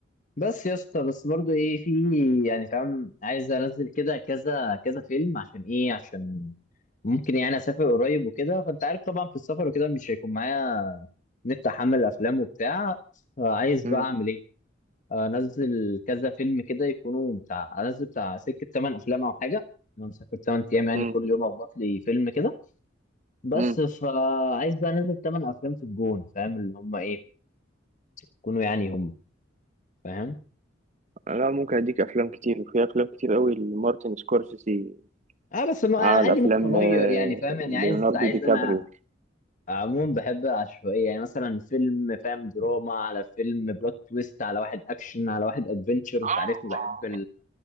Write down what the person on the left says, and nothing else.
بس يا اسطى بس برضو ايه في يعني فاهم عايز انزل كده كذا كذا فيلم عشان ايه عشان ممكن يعني اسافر قريب وكده فانت عارف طبعا في السفر وكده مش هيكون معايا نت احمل افلام وبتاع فعايز
بقى اعمل ايه انزل كذا فيلم كده يكونوا بتاع انزل بتاع سكه 8 افلام او حاجه انا مسافر 8 ايام يعني
كل يوم اخبط لي فيلم كده بس
فعايز بقى انزل تمن افلام في الجون فاهم اللي هم ايه يكونوا يعني هم فاهم
اه بس ما عادي
ممكن اغير
يعني فاهم يعني
عايز عايز
انا عموما بحب العشوائيه يعني مثلا فيلم فاهم دراما على فيلم بلوت تويست على واحد اكشن على واحد ادفنتشر
انت عارفني بحب